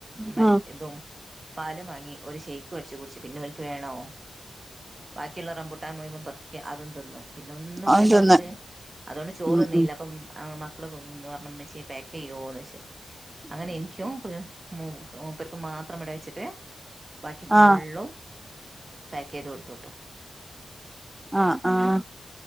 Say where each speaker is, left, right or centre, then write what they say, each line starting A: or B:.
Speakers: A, on the right; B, on the right.
A: മറ്റ
B: ഉം
A: തും പാലും മാങ്ങി ഒരു ഷൈക്കും അട്ച്ച് കുട്ച്ച് പിന്നെ ഓൽക്ക് വേണോ. ബാക്കിള്ള റംമ്പുട്ടാൻ മുയിമൻ പെർ അതും തിന്നു പിന്നെ ഒന്നും
B: അത്
A: വേണ്ടോൽക്ക്
B: തന്നെ
A: അതുകൊണ്ട് ചോറൊന്നീല
B: ഉം ഉം
A: അപ്പം. ആഹ്, മക്കള്ന്ന് ന്നോ പറഞ്ഞു. മ്മച്യേ പേക്ക് ചെയ്യോന്ന് ചോയ്ച്ച്. <unintelligible> അങ്ങനെ എനിക്കും മൂ മൂപ്പരക്ക് മാത്രം ഇവിടെ വെച്ചിട്ട് ബാക്കി ഫുള്ളും
B: ആഹ്
A: പാക്കെയ്ത് കൊടുത്തു വിട്ടു.
B: ആഹ് ആഹ്